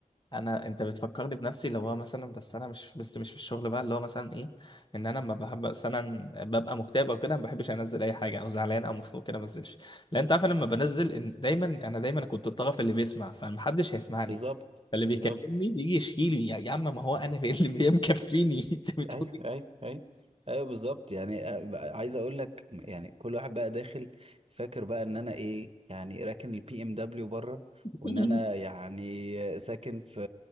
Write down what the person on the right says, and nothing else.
بالظبط
بالظبط
ايوه ايوه ايوه ايوه بالظبط يعني آه، عايز اقول لك يعني كل واحد بقى داخل فاكر بقى ان انا ايه يعني راكن البي ام دبليو بره وان
انا يعني ساكن في